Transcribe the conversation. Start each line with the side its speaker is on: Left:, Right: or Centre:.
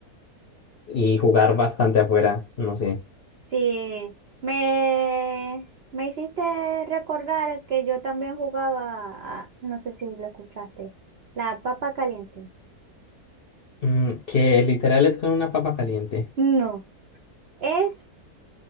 Left: y jugar bastante afuera, no sé.
Right: Sí, me, me hiciste recordar que yo también jugaba, a- no sé si lo escuchaste, la papa caliente.
Left: Mm, que literal es con una papa caliente.
Right: No, es